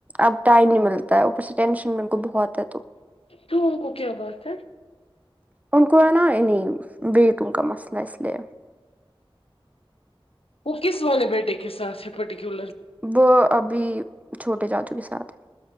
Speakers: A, on the right; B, on the left.
A: اب ٹائم نہیں ملتا ہے اوپر سے ٹینشن ان کو بہت ہے تو
B: کیوں انکو کیا بات ہے
A: انکو ہے نا انہی ویٹوں کا مسئلہ ہے اسلیے
B: وہ کس والے بیٹے کے سات ہے پٹی کیوں
A: وہ ابھی چھوٹے چاچو کے ساتھ ہے